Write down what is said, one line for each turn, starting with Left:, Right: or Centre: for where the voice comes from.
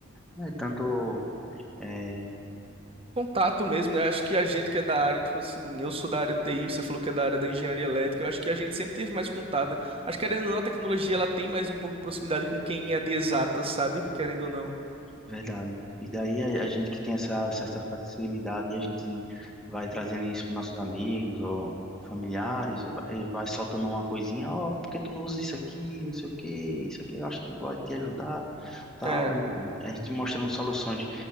Centre: né, tanto é,
Right: Contato mesmo, né? Acho que a gente que é da área, tipo assim, eu sou da área TI, você falou que é da área da engenharia elétrica, eu acho que a gente sempre teve mais contato, né? Acho que, querendo ou não, a tecnologia ela tem mais um pouco de proximidade com quem é de exatas, sabe? Querendo ou não.
Centre: Verdade. E daí a, a gente que tem essa certa facilidade, a gente vai trazendo isso para nossos amigos ou familiares, e vai soltando uma coisinha, ó, por que tu não usa isso aqui, não sei o que isso aqui eu acho que vai te ajudar, tal.
Right: É,
Centre: Aí A gente mostrando soluções